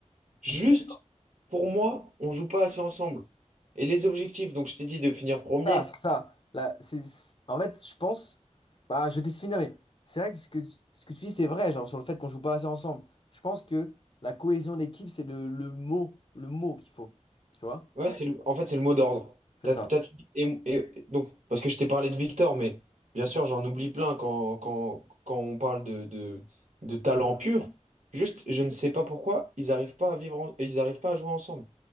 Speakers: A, on the right; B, on the left.
A: Juste,
B: Je sais pas.
A: pour moi, on joue pas assez ensemble. Et les objectifs, donc je t'ai dit de finir premier,
B: Ah, c'est ça. Là, c'est, c'est- en fait, je pense, bah, je vais te laisse finir, mais c'est vrai que ce que, ce que tu dis, c'est vrai, genre sur le fait qu'on joue pas assez ensemble. Je pense que la cohésion d'équipe, c'est le, le mot, le mot qu'il faut, tu vois?
A: Ouais, c'est le- en fait, c'est le mot d'ordre.
B: C'est
A: T'as-
B: ça.
A: t'as tout dit. Et, et- donc, parce que je t'ai parlé de Victor, mais bien sûr, j'en oublie plein quand, quand, quand on parle de, de, de talent pur. Juste, je ne sais pas pourquoi ils n'arrivent pas à vivre, en- ils arrivent pas à jouer ensemble.